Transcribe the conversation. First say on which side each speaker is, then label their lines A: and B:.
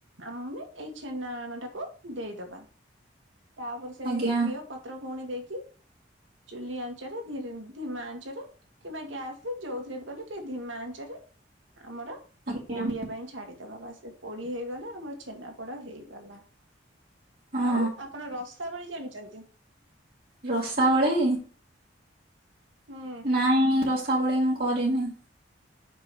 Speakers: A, on the right; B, on the right.
A: ଆମେ ଏଇ ଛେନା ଆଣ ଟାକୁ ଦେଇଦବା। ତାପରେ ସେମିତି
B: ଆଜ୍ଞା
A: ଘିଅ ପତ୍ର ପୁଣି ଦେଇକି ଚୁଲି ଆଞ୍ଚରେ ଧି ଧିମା ଆଞ୍ଚରେ କିମ୍ବା ଗ୍ୟାସ ଯୋଉଥିରେ ବି କଲେ ଟିକେ ଧିମାଞ୍ଚରେ ଆମର
B: ଆଜ୍ଞା
A: ପୋଡି଼ଆ ପାଇଁ ଛାଡିଦବା ତା ସେ ପୋଡ଼ି ହେଇଗଲେ ଆମର ଛେନାପୋଡ଼ ହେଇଗଲା।
B: ହଁ
A: ଆଉ ଆପଣ ରସାବଳି ଜାଣିଚନ୍ତି?
B: ରସାବଳି।
A: ହୁଁ
B: ନାଇଁ ରସାବଳି ମୁଁ କରିନି।